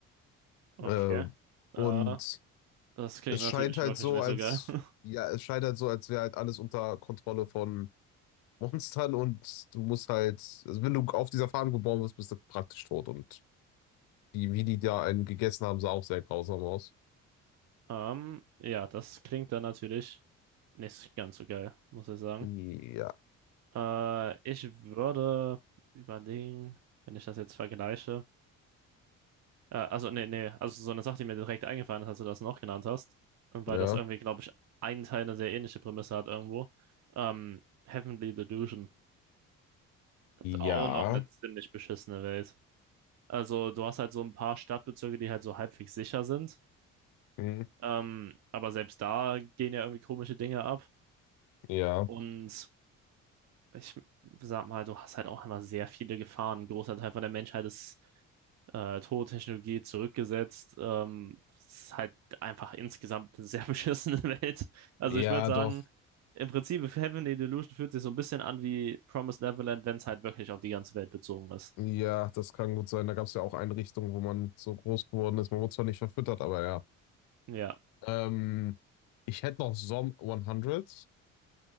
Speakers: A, on the right; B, on the left.
A: Okay.
B: Äh,
A: Äh,
B: und
A: das klingt
B: es
A: natürlich
B: scheint halt
A: wirklich
B: so,
A: nicht
B: als
A: so geil. <laughs>
B: ja, es scheint halt so, als wäre halt alles unter Kontrolle von <laughs> Monstern und du musst halt, also wenn du auf dieser Farm geboren wirst, bist du praktisch tot. Und die, wie die da einen gegessen haben, sah auch sehr grausam aus.
A: Ähm, ja, das klingt dann natürlich nicht ganz so geil, muss ich sagen.
B: Ja,
A: Äh, ich würde überlegen, wenn ich das jetzt vergleiche. Äh, also, nee, nee, also so eine Sache, die mir direkt eingefallen ist, als du das noch genannt hast, und
B: ja,
A: weil das irgendwie, glaube ich, einen Teil eine sehr ähnliche Prämisse hat irgendwo. Ähm, Heavenly Delusion Das ist auch
B: ja,
A: noch eine ziemlich beschissene Welt. Also, du hast halt so ein paar Stadtbezirke, die halt so halbwegs sicher sind.
B: hm,
A: Ähm, aber selbst da gehen ja irgendwie komische Dinge ab.
B: ja,
A: Und ich sag mal, du hast halt auch immer sehr viele Gefahren. Ein großer Teil von der Menschheit ist äh, tot, Technologie zurückgesetzt. Ähm, es ist halt einfach insgesamt eine sehr <laughs> beschissene Welt. Also
B: ja,
A: ich würde sagen,
B: doch.
A: im Prinzip, Heavenly Delusion fühlt sich so ein bisschen an wie Promised Neverland, wenn es halt wirklich auf die ganze Welt bezogen ist.
B: Ja, das kann gut sein. Da gab es ja auch Einrichtungen, wo man so groß geworden ist. Man wurde zwar nicht verfüttert, aber ja.
A: Ja.
B: Ähm, ich hätte noch Zom 100.